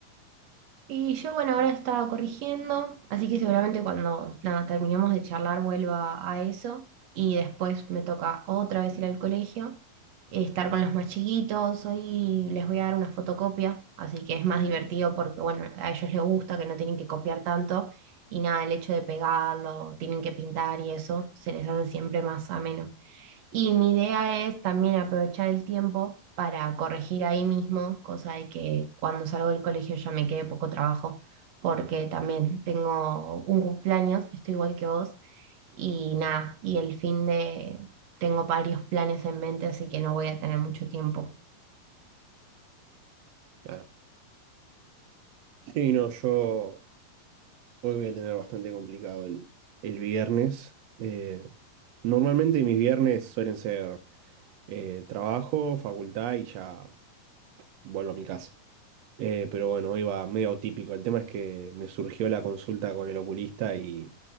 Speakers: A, on the right; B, on the right.
A: Y yo, bueno, ahora estaba corrigiendo, así que seguramente cuando nada, terminemos de charlar vuelva a eso y después me toca otra vez ir al colegio, estar con los más chiquitos, hoy les voy a dar una fotocopia, así que es más divertido porque, bueno, a ellos les gusta que no tienen que copiar tanto y nada, el hecho de pegarlo, tienen que pintar y eso, se les hace siempre más ameno. Y mi idea es también aprovechar el tiempo para corregir ahí mismo, cosa de que cuando salgo del colegio ya me quede poco trabajo, porque también tengo un cumpleaños, estoy igual que vos, y nada, y el fin de tengo varios planes en mente, así que no voy a tener mucho tiempo.
B: Claro. Sí, no, yo hoy voy a tener bastante complicado el, el viernes. Eh, normalmente mis viernes suelen ser eh, trabajo, facultad y ya vuelvo a mi casa. Eh, pero bueno, iba medio atípico. El tema es que me surgió la consulta con el oculista y